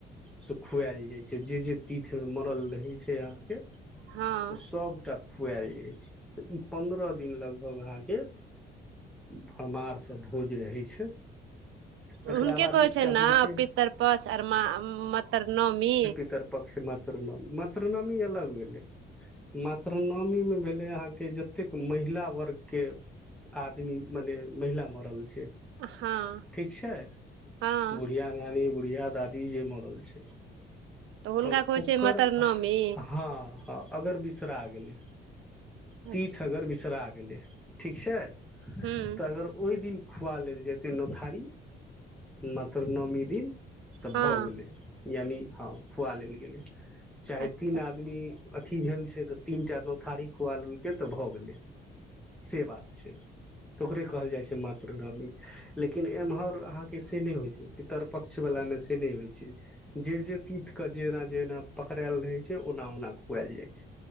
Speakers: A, in the centre; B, on the right (about 80°).
A: से खुएल जै छै जे-जे पीठ में मरल रहै छै अहाँके,
B: हँ
A: ओ सबटा खुएल जै छै, तऽ ई पन्द्रह दिन लगभग अहाँके भमार स भोज रहै छै। तकरा
B: हुनके
A: बाद
B: कहै
A: एकटा
B: छैन ना
A: होइ छै
B: पित्तर पछ आर मा- मत्तर नमी?
A: तर-पक्ष, मात्रनमी मात्र-नमी अलग भेलै। मात्र-नामी मे भेलै अहाँ के ज तेक महिला वर्ग के आदमी मने महिला मरल छै।
B: हँ।
A: ठीक छै
B: हँ
A: बुढ़िया नानी, बुढ़िया दादी जे मरल छै।
B: हुनका
A: तऽ
B: कहै
A: ओक्कर
B: छै मतरनवमी
A: हँ-ह। अगर बिसरा गेलै, तीथ
B: अच्छा
A: अगर बिसरा गेलै ठीक छै?
B: हूँ
A: तऽ अगर ओइ दिन खुआ लेल जेतै नोथारी मात्र नौमी दिन तऽ
B: हँ
A: भऽ गेलै यानि हँ खुआ लेल गेलै, चाहे
B: अच्छा
A: तीन आदमी अथी भेल छै तऽ तीन-टा नोथारी खुआ लेलकै तऽ भऽ गेलै। से बात छै, तऽ ओकरे कहल जाइ छै मात्र-नामी लेकिन एमहर अहांक के से नै होइ छै, पितर-पक्ष वला में से नै होइ छै। जे-जे तीथ के जेना-जेना पकरेल रहै छै, ओना- ओना खुएल जै छै।